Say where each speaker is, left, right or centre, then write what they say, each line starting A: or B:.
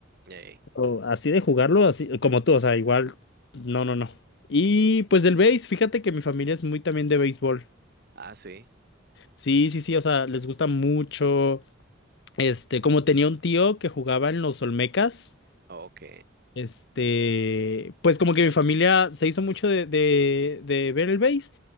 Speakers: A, on the right; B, on the left.
A: Ey.
B: O así de jugarlo, así como tú, o sea, igual, no, no, no. Y pues del béis, fíjate que mi familia es muy también de béisbol.
A: Ah, sí.
B: Sí, sí, sí, o sea, les gusta mucho. Este, como tenía un tío que jugaba en los Olmecas,
A: Ok.
B: este, pues como que mi familia se hizo mucho de, de, de ver el béis